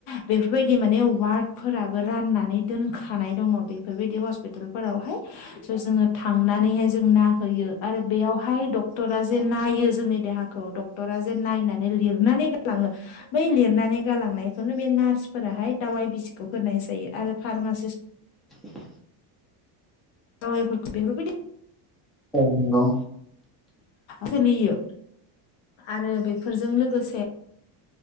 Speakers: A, on the left; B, in the centre.
A: बेफोरबादि माने वार्डफोराबो राननानै दोनखानाय दङ बेफोरबायदि हस्पितालफोरावहाय स' जोङो थांनानैहाय जों ना होयो। आरो बेयावहाय डक्टरा जे नायो जोंनि देहाखौ डक्टरा जे नायनानै लिरनानै गालाङो। बै लिरनानै गालांनायखौनो बे नार्सफोराहाय दावाइ बिसिखौ होनाय जायो आरो फार्मासिस।
B: <unintelligible>
A: जावायफोरखौ <unintelligible>
B: औ नांगौ
A: सोलियो आरो बेफोरजों लोगोसे